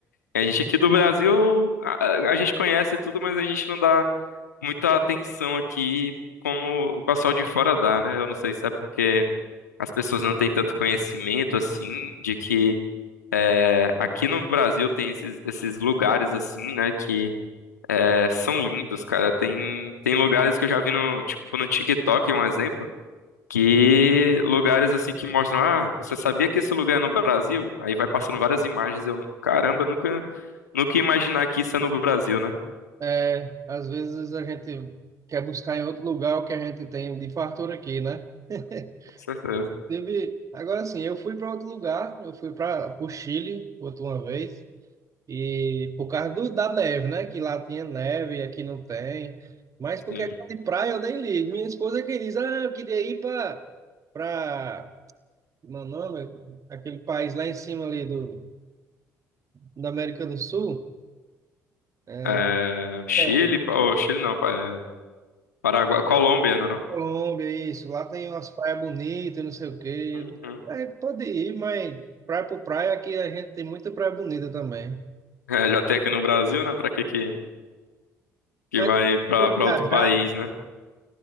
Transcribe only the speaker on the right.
É, às vezes a gente quer buscar em outro lugar o que a gente tem de fartura aqui, né? <laughs>
Teve, agora sim, eu fui para outro lugar, eu fui para o Chile outra uma vez. E por causa do, da neve, né? Que lá tinha neve e aqui não tem. Mas por
questão de praia eu nem ligo. Minha esposa que diz, ah, eu queria ir para para meu nome, aquele país lá em cima ali do da América do Sul, é,
é,
Colômbia, isso. Lá tem umas praias bonitas, não sei o quê.
"É, pode ir, mas praia por praia aqui a gente tem muita praia bonita também.
Mas
pelo
viajar,